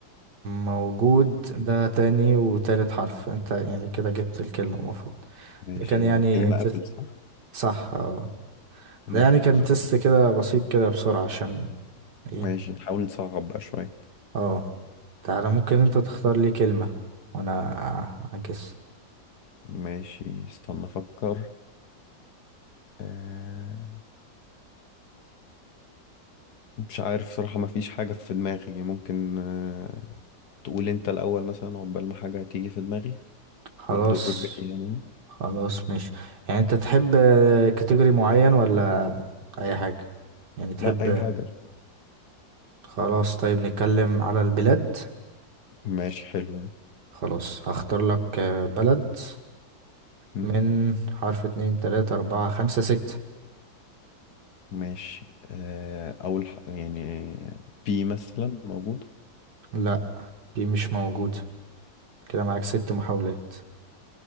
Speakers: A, on the right (about 60°); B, on the left (about 60°).
A: موجود ده تاني وتالت حرف أنت يعني كده جبت الكلمة المفروض
B: ماشي
A: ده كان
B: يعني
A: يعني
B: الكلمة
A: تست
B: ابل صح
A: صح أه
B: ماشي
A: ده يعني كان
B: خلاص
A: تست كده بسيط كده بسرعة عشان إيه
B: ماشي نحاول نصعب بقى شوية
A: أه تعالى ممكن أنت تختار لي كلمة وأنا أجس
B: ماشي استنى افكر آه مش عارف صراحة ما فيش حاجة في دماغي ممكن آه تقول انت الاول مثلا عقبال ما حاجة تيجي في دماغي
A: خلاص
B: والدور الجاي يعني
A: خلاص ماشي يعني انت تحب كاتيجوري معين ولا اي حاجة يعني تحب
B: لا اي حاجة
A: خلاص طيب نتكلم على البلاد
B: ماشي حلو
A: خلاص هختار لك آه، بلد
B: ده
A: من حرف اتنين تلاتة اربعة خمسة ستة
B: ماشي آه، أول ح... يعني بي مثلا موجود
A: لا دي مش موجودة كده معاك ست محاولات